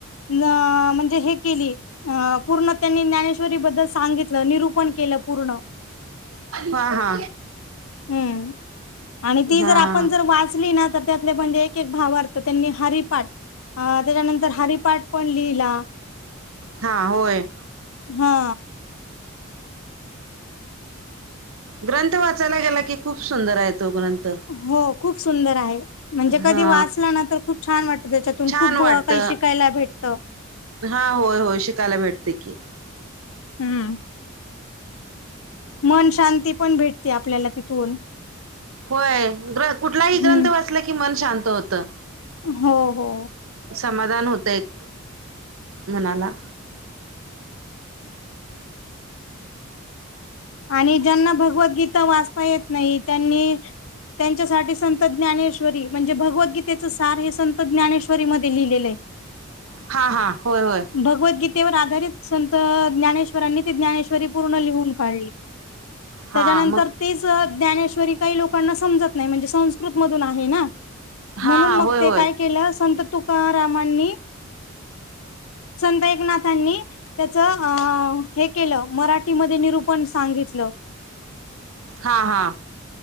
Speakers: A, on the left (about 80°); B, on the right (about 80°).
A: न म्हणजे हे केली अ पूर्ण त्यांनी ज्ञानेश्वरी बद्दल सांगितलं निरूपण केलं पूर्ण
B: हा हा
A: हम्म आणि ती जर
B: हा
A: आपण जर वाचली ना तर तले म्हणजे एक एक भावारत त्यांनी हरीपाठ अ त्याच्यानंतर हरिपाठ पण लिहिला
B: हा होय
A: हा
B: ग्रंथ वाचायला गेला की खूप सुंदर आहे तो ग्रंथ
A: हो खूप सुंदर आहे म्हणजे कधी
B: हा
A: वाचलं ना तर खूप छान वाटतं त्याच्यातून
B: छान
A: खूप
B: वाटत
A: काही शिकायला भेटतं
B: हा होय होय शिकायला भेटते की,
A: हम्म मन शांती पण भेटते आपल्याला तिथून
B: होय ग कुठलाही ग्रंथ
A: हम्म
B: वाचला की मन शांत होतं.
A: हो हो
B: समाधान होत एक मनाला
A: आणि ज्यांना भगवद्गीता वाचता येत नाही त्यांनी त्यांच्यासाठी संत ज्ञानेश्वरी म्हणजे भगवद्गीतेचं सार हे संत ज्ञानेश्वरी मध्ये लिहिलेलं आहे. <inaudible>
B: हा हा होय होय
A: भगवद्गीतेवर आधारित संत ज्ञानेश्वरांनी ती ज्ञानेश्वरी पूर्ण लिहून काढली
B: हा
A: त्याच्यानंतर
B: मग
A: तेच ज्ञानेश्वरी काही लोकांना समजत नाही म्हणजे संस्कृत मधून आहे ना
B: हा
A: म्हणून
B: हा
A: मग
B: होय
A: ते
B: होय
A: काय केलं संत तुकारामांनी संद एककनाथांनी त्याच अ हे केलं मराठीमध्ये निरूपण सांगितलं
B: हा हा